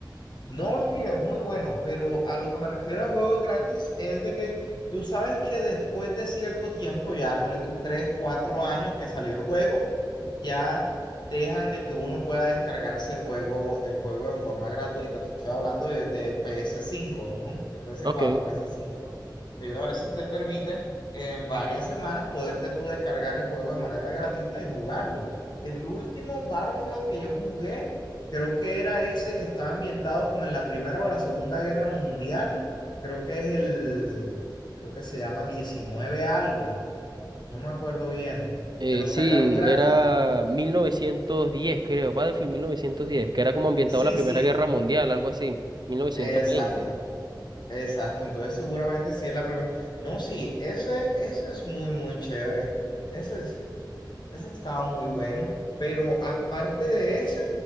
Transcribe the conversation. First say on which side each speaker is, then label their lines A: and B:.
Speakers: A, on the left (about 65°); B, on the right (about 60°).
A: No, sí, es muy bueno, pero a lo que me refiero al juego gratis es de que tú sabes que después de cierto tiempo, ya ponle tú 3, 4 años que salió el juego, ya dejan de que uno pueda descargarse el juego, el juego de forma gratuita. Te estoy hablando de, de ps cinco, ¿no? De PS4,
B: Ok.
A: ps cinco. Que ellos a veces te permiten en varias semanas poderte tú descargar el juego de manera gratuita y jugarlo. El último Battlefield que yo jugué Creo que era ese que estaba ambientado como en la Primera o la Segunda Guerra Mundial. Creo que es el, creo que se llama 19 algo, no me acuerdo bien.
B: Eh,
A: Que lo
B: sí,
A: sacaron gratis.
B: era 1910 creo. Battlefield 1910, que era como ambientado
A: Sí,
B: a la Primera
A: sí,
B: Guerra Mundial, algo así. mil novecientos
A: exacto,
B: veinte.
A: exacto. Entonces seguramente sí es la primera. No, sí, ese, eso es muy, muy chévere. Ese Ese estaba muy bueno, pero aparte de ese,